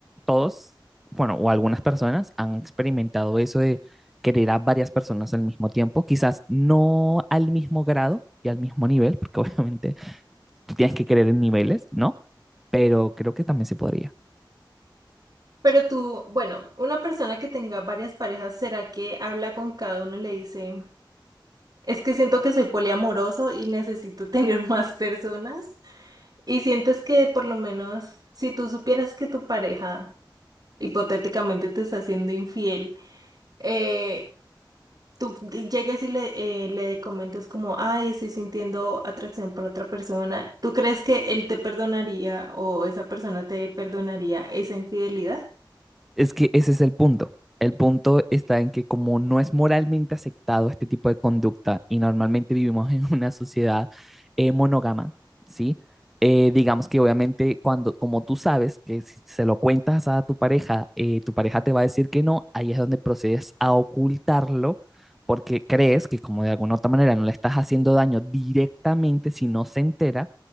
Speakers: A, in the centre; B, on the right.
A: todos, bueno, o algunas personas han experimentado eso de querer a varias personas al mismo tiempo, quizás no al mismo grado y al mismo nivel, porque <laughs> obviamente tú tienes que querer en niveles, ¿no? Pero creo que también se podría.
B: Pero tú, bueno, una persona que tenga varias parejas, ¿será que habla con cada uno y le dice, es que siento que soy poliamoroso y necesito <laughs> tener más personas? Y sientes que por lo menos si tú supieras que tu pareja hipotéticamente te está haciendo infiel, eh, tú llegues y le, eh, le comentes como, ay, estoy sintiendo atracción por otra persona, ¿tú crees que él te perdonaría o esa persona te perdonaría esa infidelidad?
A: Es que ese es el punto. El punto está en que como no es moralmente aceptado este tipo de conducta y normalmente vivimos en <laughs> una sociedad eh, monógama, ¿sí? Eh, digamos que obviamente cuando, como tú sabes que si se lo cuentas a tu pareja, eh, tu pareja te va a decir que no, ahí es donde procedes a ocultarlo porque crees que como de alguna otra manera no le estás haciendo daño directamente si no se entera,